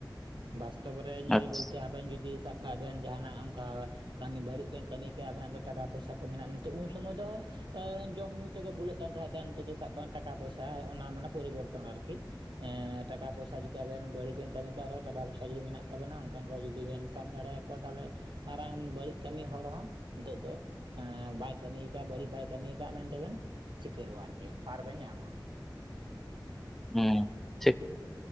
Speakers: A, on the right; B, in the centre.
A: ᱵᱟᱥᱛᱚᱵ ᱨᱮ ᱧᱮᱞ
B: ᱟᱪᱪᱷᱟ
A: ᱵᱚᱞᱛᱮ ᱟᱵᱮᱱ ᱡᱩᱫᱤ ᱥᱟᱵ ᱠᱷᱟᱜ ᱵᱮᱱ ᱡᱟᱦᱟᱱᱟᱜ ᱚᱝᱠᱟ <inaudible> ᱠᱟᱹᱢᱤ ᱵᱟᱹᱲᱤᱡ ᱵᱮᱱ ᱠᱟᱹᱢᱤ ᱠᱮᱭᱟ ᱟᱵᱮᱱᱟᱜ ᱫᱚ ᱴᱟᱠᱟ ᱯᱚᱭᱥᱟ ᱠᱚ ᱢᱮᱱᱟᱜᱼᱟ ᱱᱤᱛᱚᱜ ᱩᱱ ᱥᱚᱢᱚᱭ ᱫᱚ ᱡᱚᱢ ᱧᱩ ᱛᱮᱜᱮ ᱵᱩᱞᱟᱹᱜ ᱠᱟᱱ ᱛᱟᱦᱮᱸ ᱱᱤᱛᱚᱜ ᱫᱚ ᱥᱟᱵ ᱠᱟᱜ ᱴᱟᱠᱟ ᱯᱚᱭᱥᱟ ᱚᱱᱟ ᱢᱟᱱᱮ ᱯᱚᱨᱤᱵᱚᱨᱛᱚᱱ ᱟᱨᱠᱤ ᱴᱟᱠᱟ ᱯᱚᱭᱥᱟ ᱡᱩᱫᱤ ᱟᱵᱮᱱ ᱵᱟᱹᱲᱤᱡ ᱵᱮᱱ ᱠᱟᱹᱢᱤ ᱠᱟᱜ ᱨᱮᱦᱚ, ᱴᱟᱠᱟ ᱯᱚᱭᱥᱟ ᱡᱩᱫᱤ ᱢᱮᱱᱟᱜ ᱛᱟᱵᱮᱱᱟ ᱚᱱᱠᱟ ᱠᱚ ᱡᱩᱫᱤ ᱵᱮᱱ ᱥᱟᱵ ᱫᱟᱲᱮᱭᱟ ᱠᱚ ᱛᱟᱞᱮ ᱢᱟᱨᱟᱝ ᱵᱟᱹᱲᱤᱡ ᱠᱟᱹᱢᱤ ᱦᱚᱲ ᱦᱚᱸ ᱱᱤᱛᱚᱜ ᱫᱚ ᱵᱟᱭ ᱠᱟᱹᱢᱤᱭ ᱟᱠᱟᱫ ᱵᱟᱹᱲᱤᱡ ᱵᱟᱭ ᱠᱟᱹᱢᱤᱭ ᱠᱟᱜ ᱢᱮᱱᱛᱮᱵᱼᱱ ᱥᱤᱠᱟᱹᱨᱚᱜᱼᱟ ᱟᱨᱠᱤ ᱯᱟᱨ ᱵᱮᱱ ᱧᱟᱢᱟ᱾
B: ᱦᱩᱸ ᱴᱷᱤᱠ᱾